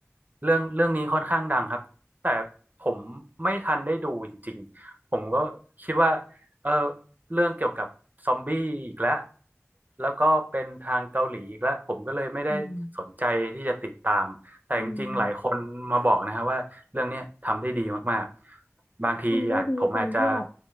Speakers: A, on the right; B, on the left.
A: เรื่องเรื่องนี้ค่อนข้างดังครับแต่ผมไม่ทันได้ดูจริงๆผมก็คิดว่าเออเรื่องเกี่ยวกับซอมบี้อีกแล้วแล้วก็เป็นทางเกาหลีอีกแล้วผมก็เลยไม่ได้สนใจที่จะติดตามแต่จริงๆหลายคนมาบอกนะครับว่าเรื่องเนี้ยทำได้ดีมากๆบางทีอาจผมอาจจะ
B: อืมอืม ทำได้ดีตรงที่แบบ